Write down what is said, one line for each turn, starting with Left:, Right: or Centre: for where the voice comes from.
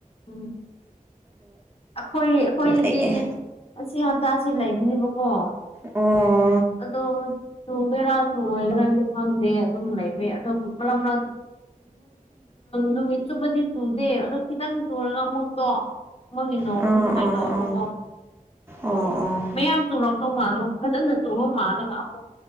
Left: ꯎꯝ ꯑꯩꯈꯣꯏ ꯑꯩꯈꯣꯏꯒꯤꯗꯤ
Right: ꯑꯩ
Left: ꯑꯁꯤ ꯍꯞꯇꯥꯁꯤ ꯂꯩꯕꯅꯦꯕꯀꯣ
Right: ꯑꯣ
Left: ꯑꯗꯣ ꯇꯋꯦꯔ ꯨ ꯑꯣꯏꯒ꯭ꯔꯥꯗꯤ ꯈꯪꯗꯦ ꯑꯗꯨꯝ ꯂꯩꯃꯤ ꯑꯗꯨꯝ ꯃꯔ ꯃꯔ ꯅꯨꯃꯤꯠ ꯆꯨꯕꯗꯤ ꯆꯨꯗꯦ ꯑꯗꯣ ꯈꯤꯇꯪ ꯆꯨꯔꯒ ꯑꯃꯨꯛꯇꯣ ꯃꯣꯏꯒꯤ ꯅꯣꯡꯗꯤ
Right: ꯑꯥ
Left: ꯑꯗꯨꯃꯥꯏꯅ
Right: ꯑꯥ
Left: ꯇꯧꯔꯒꯀꯣ
Right: ꯑꯥ ꯑꯣ ꯑꯣ
Left: ꯃꯌꯥꯝ ꯆꯨꯔꯧꯗꯧ ꯃꯥꯜꯂꯣ ꯐꯖꯅ ꯇ ꯃꯥꯅꯒꯕ